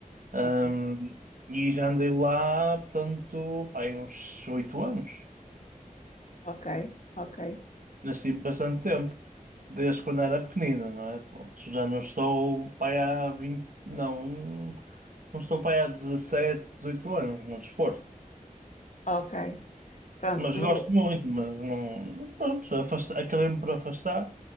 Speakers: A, on the right; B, on the left.
A: ahm,
B: Ok,
A: e já andei lá, portanto, pá, aí uns oito anos.
B: ok, ok,
A: Nasci bastante tempo. Desde quando era pequenina não é? Pronto, já não estou, pá, aí há vinte Não, não estou, pá, aí há 17, 18 anos no desporto.
B: ok. Pronto,
A: Mas
B: no,
A: gosto muito, mas não. Pronto, afasta- acabei-me por afastar.